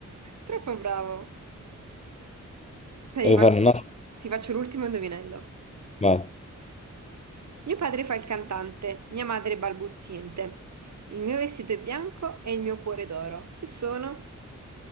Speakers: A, on the right (about 60°); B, on the left (about 20°).
A: Troppo bravo. Dai,
B: Devo
A: Ti faccio,
B: fare una...
A: ti faccio l'ultimo indovinello.
B: Vai.
A: Mio padre fa il cantante, mia madre è balbuziente. Il mio vestito è bianco e il mio cuore è d'oro. Chi sono?